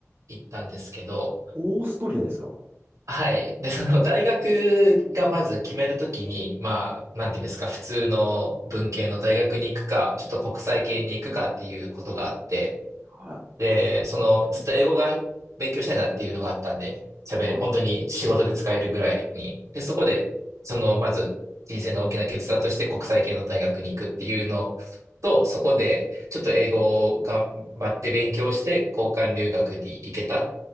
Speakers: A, on the right (about 75°); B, on the right (about 40°).
A: 行ったんですけど、
B: オーストリアですか
A: はい。で、その大学がまず決めるときに、まあ、なんていうんですか、普通の文系の大学に行くか、ちょっと国際系に行くかっていうことがあって、
B: はい。
A: で、その、ずっと英語が勉強したいなっていうのがあったんで、喋、
B: はい。
A: 本当に仕事で使えるぐらいに。で、そこで、その、まず人生の大きな決断として国際系の大学に行くっていうのと、そこで、ちょっと英語を頑張って勉強して、交換留学に行けた。